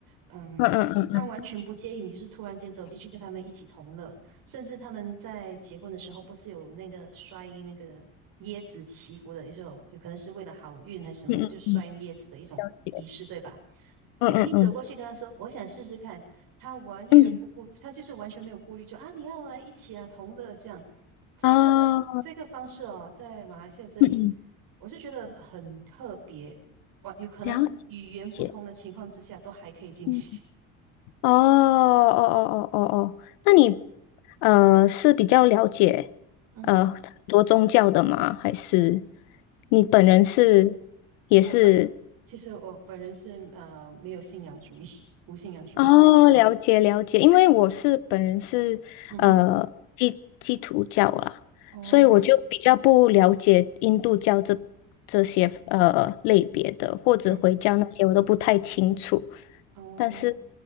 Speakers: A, on the right; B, on the left.
A: 嗯，
B: 嗯嗯嗯嗯
A: 他完全不介意你就是突然间走进去跟他们一起同乐，甚至他们在结婚的时候不是有那个摔那个椰子祈福的一种，有可能是为了好运还是什么，
B: 嗯嗯嗯。
A: 就摔椰子的一种仪式，
B: 了，解，
A: 对吧？
B: 嗯嗯嗯
A: 你你走过去跟他说，我想试试看，他完全不顾，
B: 嗯，
A: 他就是完全没有顾虑，就啊，你要来一起啊，同乐这样。这个这个方式哦，
B: 哦，
A: 在马来西亚这里，
B: 嗯嗯，嗯
A: 我是觉得很特别。哇，有可能语言不同的情况之下，
B: 了解，
A: 都还可以进行。
B: 嗯哦哦哦哦哦哦，那你呃是比较了解
A: 嗯哼，
B: 呃很多宗教的吗？还是你本人是也是？
A: 我不，其实我本人是呃没有信仰主义，无信仰主义。
B: 哦，了解了解，因为我是本人是呃基基督教啦，
A: 嗯哼，哦，
B: 所以我就比较不了解印度教这这些呃类别的，或者回教那些我都不太清楚。
A: 嗯，哦，
B: 但是，